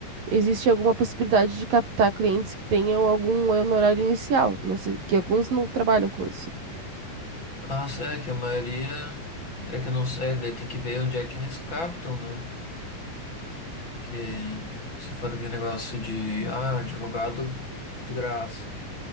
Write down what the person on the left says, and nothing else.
Ah, sim, é que a maioria. É que eu não sei, daí tem que ver onde é que eles captam, né? Que se for aquele negócio de, ah, advogado de graça.